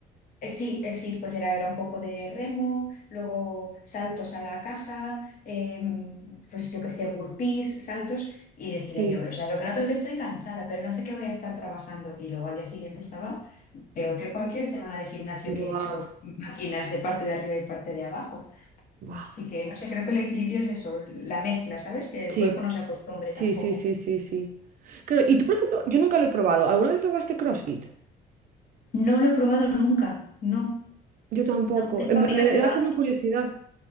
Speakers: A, on the left; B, on the right.
A: eh, Sí, skit pues era, era un poco de remo, luego saltos a la caja, em, pues yo qué sé, burpees, saltos, y decía
B: Sí.
A: yo, o sea, lo que noto es que estoy cansada, pero no sé qué voy a estar trabajando. Y luego al día siguiente estaba peor que cualquier semana de gimnasio que
B: Buah,
A: he hecho máquinas de parte de arriba y parte de abajo.
B: buah.
A: Así que, no sé, creo que el equilibrio es eso, la mezcla, ¿sabes? Que el
B: Sí,
A: cuerpo no se acostumbre tampoco.
B: sí, sí, sí, sí, sí. Claro, y tú, por ejemplo, yo nunca lo he probado. ¿Alguna vez probaste CrossFit?
A: No lo he probado nunca, no,
B: Yo tampoco.
A: no. Tengo
B: En plan,
A: amigas
B: me da
A: que lo hacen.
B: como curiosidad.